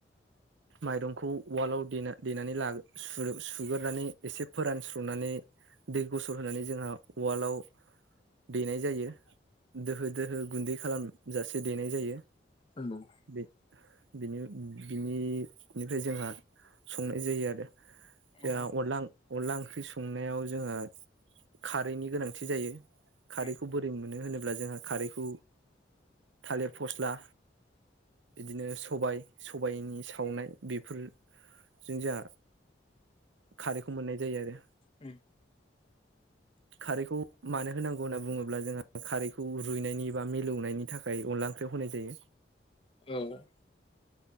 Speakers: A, on the right (about 85°); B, on the left (about 30°).
A: माइरंखौ उवालावना देनानै ला सुगोरनानै एसे फोरानस्र'नानै दै गसर होनानै जोंहा उवालाव देनाय जायो दोहो दोहो गुन्दै खालामजासे देनाय जायो
B: <inaudible>
A: बे बिनि बिनिनिफ्राय जोंहा संनाय जायो आरो <unintelligible>
B: अ
A: जोंहा अनला अनला ओंख्रि संनायाव जोङो खारैनि गोनांथि जायो खारैखौ
B: उम
A: बोरै मोनो होनो ब्ला जोंहा खारैखौ थालिर फस्ला बिदिनो सबायाइ सबायाइनि सावनाय बेफोरजों जोंहा खारैखौ मोननाय जायो आरो
B: उम
A: खारैखौ मानो होनांगौ होनना बुङोब्ला जोंहा खारैखौ रुइनायनि बा मिलौनायनि थाखाय अनला ओंख्रियाव होनाय जायो
B: औ